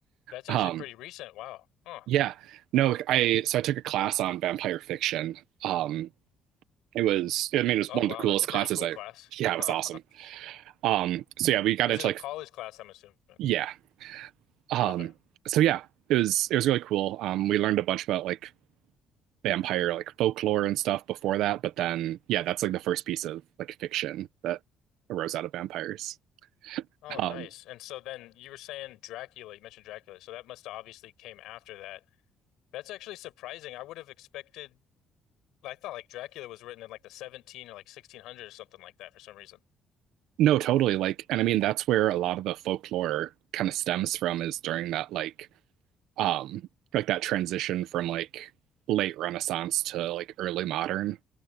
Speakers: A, on the left; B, on the right.
A: That's actually
B: Um
A: pretty recent. Wow. Huh.
B: Yeah. No, I so I took a class on vampire fiction. Um it was I mean it was
A: Oh
B: one
A: wow,
B: of the coolest
A: that's a
B: classes
A: pretty cool
B: I
A: class.
B: yeah,
A: <laughs>
B: it was
A: Huh.
B: awesome. Um so yeah, we got
A: Is
B: into
A: it a
B: like
A: college class, I'm assuming?
B: yeah. Um
A: Okay.
B: so yeah, it was it was really cool. Um we learned a bunch about like vampire like folklore and stuff before that, but then yeah, that's like the first piece of like fiction that arose out of vampires.
A: Oh,
B: Um
A: nice. And so then you were saying Dracula, you mentioned Dracula. So that must have obviously came after that. That's actually surprising. I would have expected, I thought like Dracula was written in like the 17 or like 1600 or something like that for some reason.
B: no, totally like and I mean that's where a lot of the folklore kind of stems from is during that like um like that transition from like late renaissance to like early modern